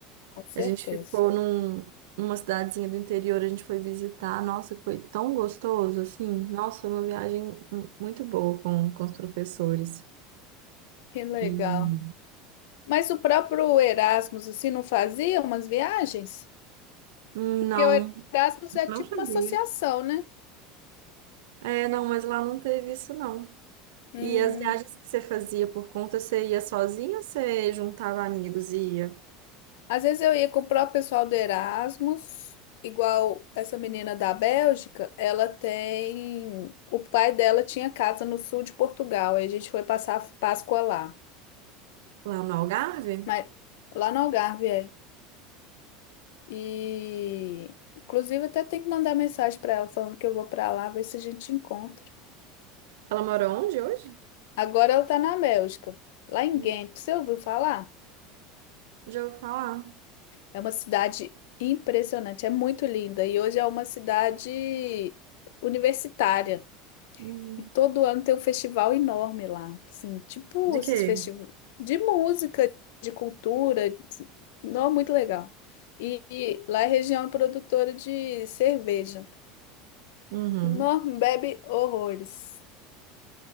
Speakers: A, on the left; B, on the right.
A: Com certeza.
B: A gente ficou num, numa cidadezinha do interior, a gente foi visitar. Nossa, foi tão gostoso, assim. Nossa, foi uma viagem mu- muito boa com, com os professores.
A: Que legal.
B: E
A: Mas o próprio Erasmus, assim, não fazia umas viagens?
B: hum,
A: Porque
B: não,
A: o Erasmus é
B: não
A: tipo
B: fazia.
A: uma associação, né?
B: É, não, mas lá não teve isso, não.
A: Hum.
B: E as viagens que você fazia por conta, você ia sozinha ou você juntava amigos e ia
A: Às vezes eu ia com o próprio pessoal do Erasmus, igual essa menina da Bélgica, ela tem. O pai dela tinha casa no sul de Portugal, e a gente foi passar a Páscoa lá.
B: lá no Algarve?
A: Mas lá no Algarve, é. E. Inclusive, até tem que mandar mensagem para ela falando que eu vou para lá, ver se a gente encontra.
B: Ela mora onde hoje?
A: Agora ela está na Bélgica, lá em
B: Hum,
A: Ghent. Você ouviu falar?
B: Já ouvi falar.
A: É uma cidade impressionante, é muito linda e hoje é uma cidade universitária.
B: Hum,
A: E todo ano tem um festival enorme lá, assim, tipo
B: De quê?
A: esses festivais de música, de cultura, não muito legal. E, e lá é região produtora de cerveja.
B: Uhum,
A: Não bebe horrores.